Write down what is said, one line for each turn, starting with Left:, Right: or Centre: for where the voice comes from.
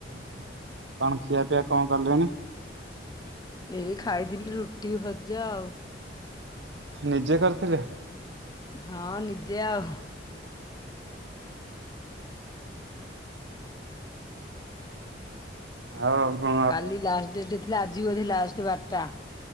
Right: କଣ ଖିଆପିଆ କଣ କଲେଣି?
Left: ଏଇ ଖାଇଥିଲି ରୁଟି ଭଜା ଆଉ।
Right: ନିଜେ କରିଥିଲେ?
Left: ହଁ ନିଜେ ଆଉ।
Right: ଆଉ କ
Left: କାଲି ଲାଷ୍ଟ ଡେଟ୍ ଥିଲା ଆଜିିବୋଧେ ଲାଷ୍ଟ ବାରଟା।